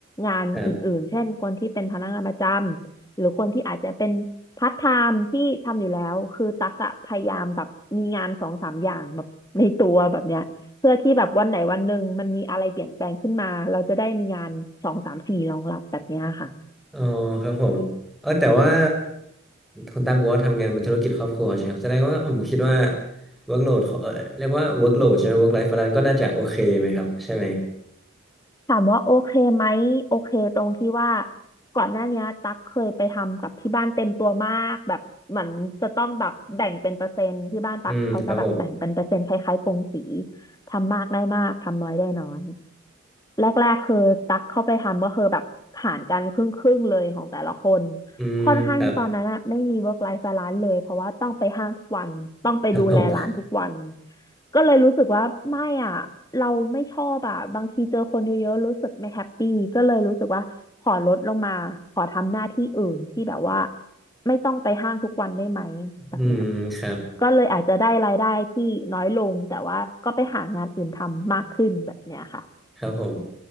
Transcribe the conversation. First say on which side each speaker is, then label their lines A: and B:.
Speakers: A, on the left; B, in the centre.
A: งานอื่นๆเช่นคนที่เป็นพนักงานประจำหรือคนที่อาจจะเป็นพาร์ทไทม์ที่ทำอยู่แล้วคือตักอะพยายามแบบมีงานสองสามอย่างแบบในตัวแบบเนี้ยเพื่อที่แบบวันไหนวันหนึ่งมันมีอะไรเปลี่ยนแปลงขึ้นมาเราจะได้มีงานสองสามสี่รองรับแบบเนี้ยค่ะ
B: ครับอ๋อครับผมเออแต่ว่าคุณตั๊กบอกว่าทำงานเป็นธุรกิจครอบครัวใช่ไหมครับแสดงว่าผมคิดว่า workload เออเรียกว่า workload ใช่ไหม work life balance ก็น่าจะโอเคไหมครับใช่ไหม
A: ถามว่าโอเคไหมโอเคตรงที่ว่าก่อนหน้าเนี้ยตั๊กเคยไปทำกับที่บ้านเต็มตัวมากแบบเหมือนจะต้องแบบแบ่งเป็นเปอร์เซ็นต์ที่บ้านตั๊กเขาจะแบบแบ่งเป็นเปอร์เซ็นต์คล้ายๆกงสี
B: อืมครับผม
A: ทำมากได้มากทำน้อยได้น้อยแรกๆคือตั๊กเข้าไปทำก็คือแบบหารกันครึ่งๆเลยของแต่ละคน
B: อืมครับ
A: ค่อนข้างที่ตอนนั้นอะไม่มี work life balance เลยเพราะว่าต้องไปห้างทุกวันต้องไปดูแลร้านทุกวัน
B: ครับผม
A: ก็เลยรู้สึกว่าไม่อ่ะเราไม่ชอบอ่ะบางทีเจอคนเยอะๆรู้สึกไม่แฮปปี้ก็เลยรู้สึกว่าขอลดลงมาขอทำหน้าที่อื่นที่แบบว่าไม่ต้องไปห้างทุกวันได้ไหมแบบเนี้ย
B: อืมครับ
A: ก็เลยอาจจะได้รายได้ที่น้อยลงแต่ว่าก็ไปหางานอื่นทำมากขึ้นแบบเนี้ยค่ะ
B: ครับผม